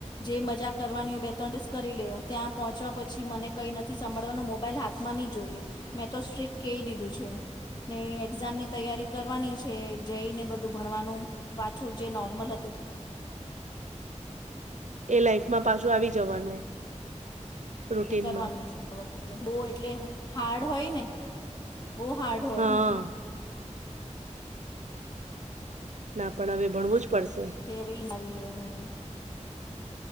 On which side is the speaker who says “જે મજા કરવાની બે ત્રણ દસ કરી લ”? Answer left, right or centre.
Left